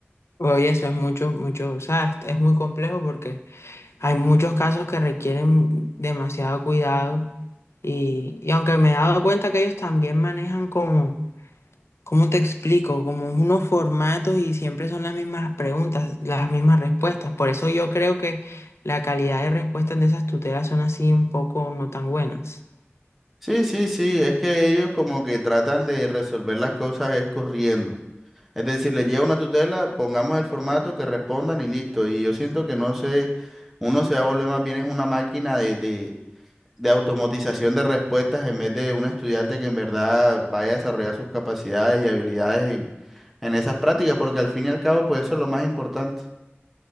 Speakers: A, on the left; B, in the centre.
A: Oye, eso es mucho, mucho, o sea, es es muy complejo porque hay muchos casos que requieren demasiado cuidado y, y aunque me he dado cuenta que ellos también manejan como ¿Cómo te explico? Como unos formatos y siempre son las mismas preguntas, las mismas respuestas. Por eso yo creo que la calidad de respuestas de esas tutelas son así un poco no tan buenas.
B: Sí, sí, sí, es que ellos como que tratan de resolver las cosas es corriendo. Es decir, les lleva una tutela, pongamos el formato, que respondan y listo. Y yo siento que no sé, uno se va a volver más bien es una máquina de, de, de automatización de respuestas en vez de un estudiante que en verdad vaya a desarrollar sus capacidades y habilidades en, en esas prácticas, porque al fin y al cabo, pues eso es lo más importante.